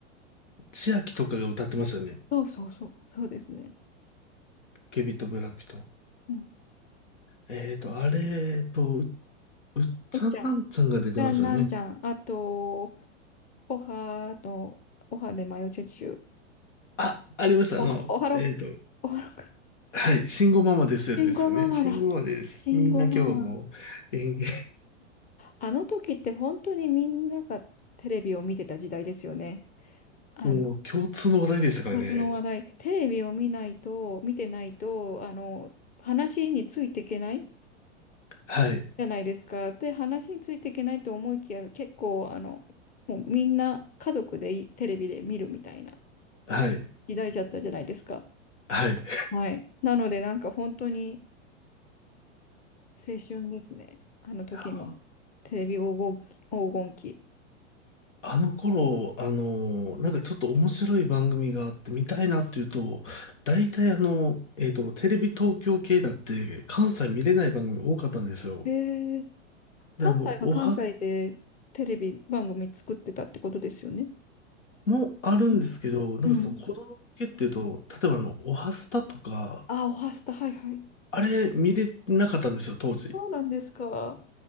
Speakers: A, on the left; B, on the left.
A: 千秋とかが歌ってましたよね。
B: うそうそう、そうですね。
A: ポケビとブラピと。
B: うん。
A: えっと、あれ、えっと、う、うっちゃんなんちゃんが出てましたよね。
B: おっちゃん。おっちゃん、なんちゃん。あと、おはと、おはでマヨチュチュ。
A: あ、ありました。
B: おは、
A: あの、
B: おはろく。
A: えっと、
B: おはろく。
A: はい、慎吾ママですですね。
B: 慎吾ママだ。
A: 慎吾ママです。
B: 慎吾ママ。
A: みんな今日も、えー
B: あの時って本当にみんながテレビを見てた時代ですよね。
A: <laughs>
B: あの、
A: もう共通の話題でしたからね。
B: 共通の話題、テレビを見ないと、見てないと、あの、話についていけない
A: はい。
B: じゃないですか。で、話についていけないと思いきや、結構、あの、もうみんな家族でいテレビで見るみたいな
A: はい。
B: 時代じゃったじゃないですか。
A: はい。
B: はい。なので、なんか本当に青春ですね。あの時の
A: あ
B: テレビ黄金期。黄金期。
A: あの頃、あの、なんかちょっと面白い番組があって見たいなっていうと、大体あの、えっと、テレビ東京系だって関西見れない番組多かったんですよ。
B: えー、関西は関西でテレビ番組作ってたってことですよね。
A: で、あの、おはもあるんですけど、
B: うん
A: なんかその子供向けっていうと、
B: うん。
A: 例えばあの、おはスタとか、
B: あ、おはスタ、はいはい。
A: あれ見れなかったんですよ、当時。
B: そうなんですか。